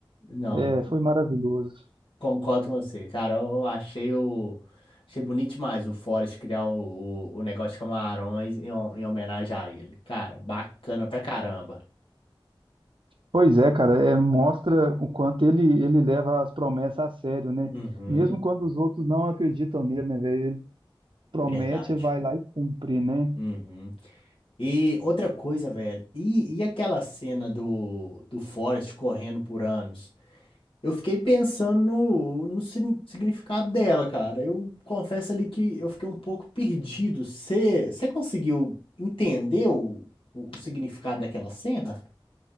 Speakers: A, on the left (about 75°); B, on the right (about 60°).
A: Não,
B: É, foi maravilhoso.
A: Concordo com você, cara. Eu achei o. Achei bonito demais o Forrest criar o, o, o negócio de camarões em, ho- em homenagem a ele. Cara, bacana pra caramba.
B: Pois é, cara, é, mostra o quanto ele, ele leva as promessas a sério, né?
A: Uhum,
B: Mesmo quando os outros não acreditam nele, né, velho? Ele promete
A: Verdade.
B: e vai lá e cumpre, né?
A: Uhum. E outra coisa, velho. E, e aquela cena do, do Forrest correndo por anos? Eu fiquei pensando no, no sin- significado dela, cara. Eu confesso ali que eu fiquei um pouco perdido. Você conseguiu entender o, o significado daquela cena?